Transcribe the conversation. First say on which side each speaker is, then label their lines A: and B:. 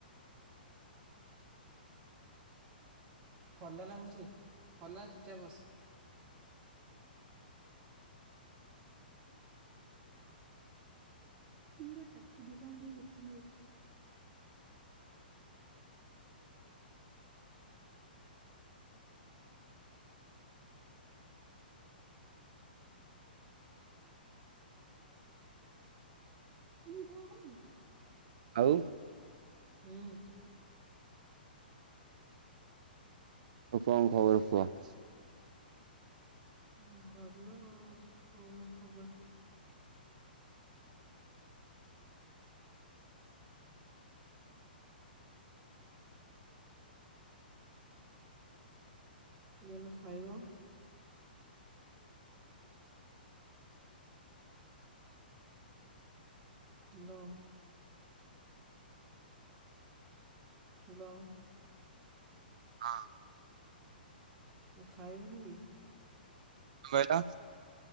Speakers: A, on the right; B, on the right.
A: ହଲାନା କହୁଛି, ହଲାନା ଚୁପ ଚାପ ବସ। ତୁ ଗୋଟେ ଟାଟୁ ଦୋକାନ ଦେଇ ବସୁ <inaudible> ମୁଁ କଣ କଲି?
B: ଆଉ
A: ହୁଁ।
B: ଆଉ, କଣ ଖବର କୁହ?
A: <inaudible> ଭଲ ଆଉ। କନ ଖବର! ଦେନ ଖାଇବ। ଦଉଁ। ହାଲଁ।
B: ହଁ।
A: ଖାଇବୁନି କି?
B: କଁ କହିଲ?